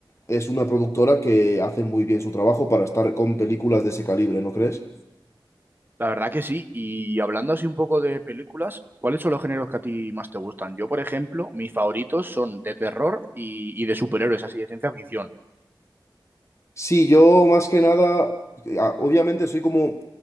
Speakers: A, on the left; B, on the right.
A: es una productora que hace muy bien su trabajo para estar con películas de ese calibre, ¿no crees?
B: La verdad que sí. Y hablando así un poco de películas, ¿cuáles son los géneros que a ti más te gustan? Yo, por ejemplo, mis favoritos son de terror y, y de superhéroes, así de ciencia ficción.
A: Sí, yo más que nada, eh, a- obviamente soy como,